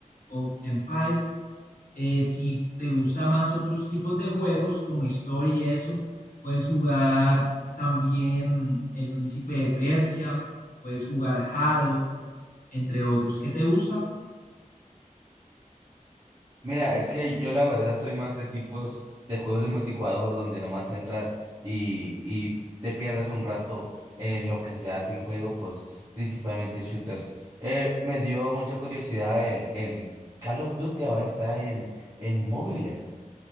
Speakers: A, on the left; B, on the right.
A: of Empire Eh, si te gusta más otros tipos de juegos como historia y eso, puedes jugar también El Príncipe de Persia, puedes jugar Halo, entre otros. ¿Qué te gusta?
B: Mira, es que yo la verdad soy más de tipos de juegos de multijugador donde nomás entras y, y te pierdes un rato en lo que se hace el juego, pues principalmente shooters. Eh, me dio mucha curiosidad el, el Call of Duty ahora está en, en móviles.